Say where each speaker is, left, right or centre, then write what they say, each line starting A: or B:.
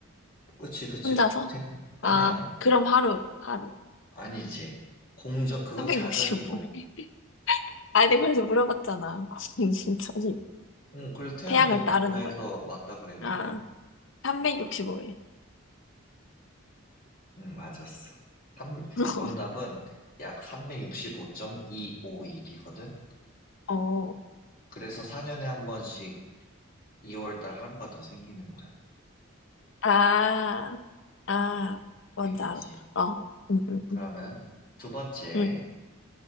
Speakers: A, on the left; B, on the left.
A: 그치, 그치.
B: 혼자서?
A: 꼭 태양. 아니,
B: 아,
A: 아니.
B: 그럼 하루, 하루.
A: 아니지. 공전, 그건
B: 365일.
A: 자전이고.
B: <laughs> 아니, 내가 그래서 물어봤잖아. <laughs> 공전이
A: 응, 그래서 태양
B: 태양을
A: 도는
B: 따르는
A: 거냐에서
B: 거냐고.
A: 맞다 그랬는데.
B: 아, 365일.
A: 응, 맞았어. 삼-
B: <laughs>
A: 정답은 약 3 6 5 2 5오일이거든
B: 어,
A: 그래서 4년에 한 번씩 2월달 하루가 더 생기는 거야.
B: 아, 아, 뭔지
A: 알겠지?
B: 알았다. 어, 응, 응,
A: 그러면
B: 응.
A: 두 번째,
B: 응.